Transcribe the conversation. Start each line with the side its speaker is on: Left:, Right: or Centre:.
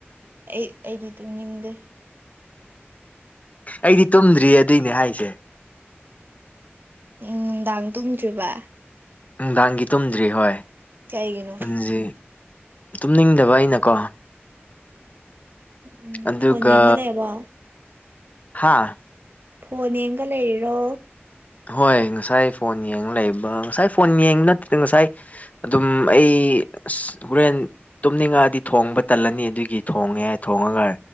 Right: ꯑꯩ ꯑꯩꯗꯤ ꯇꯨꯝꯅꯤꯡꯗꯦ
Left: ꯑꯩꯗꯤ ꯇꯨꯝꯗ꯭ꯔꯤꯌ‌ꯦ ꯑꯗꯨꯏꯅꯦ ꯍꯥꯏꯁꯦ
Right: ꯎꯝ ꯅꯨꯡꯗꯥꯡ ꯇꯨꯝꯗ꯭ꯔꯤꯕ
Left: ꯅꯨꯡꯗꯥꯡꯒꯤ ꯇꯨꯝꯗ꯭ꯔꯤ ꯍꯣꯏ
Right: ꯀꯩꯒꯤꯅꯣ
Left: ꯍꯨꯖꯤꯛ ꯇꯨꯝꯅꯤꯡꯗꯕ ꯑꯩꯅꯀꯣ
Right: ꯎꯝ
Left: ꯑꯗꯨꯒ
Right: ꯐꯣꯟ ꯌꯦꯡꯉ ꯂꯩꯕꯣ
Left: ꯍꯥꯥ
Right: ꯐꯣꯟ ꯌꯦꯡꯒ ꯂꯩꯔꯤꯔꯣ
Left: ꯍꯣꯏ ꯉꯁꯥꯏ ꯐꯣꯟ ꯌꯦꯡꯉ ꯂꯩꯕ ꯉꯁꯥꯏ ꯐꯣꯟ ꯌꯦꯡꯕ ꯅꯠꯇꯗ ꯉꯁꯥꯏ ꯑꯗꯨꯝ ꯑꯩ ꯑꯁ ꯍꯣꯔꯦꯟ ꯇꯨꯝꯅꯤꯡꯉꯛꯑꯗꯤ ꯊꯣꯡꯕ ꯇꯜꯂꯅꯤ ꯑꯗꯨꯒꯤ ꯊꯣꯡꯉꯦ ꯊꯣꯡꯉꯒ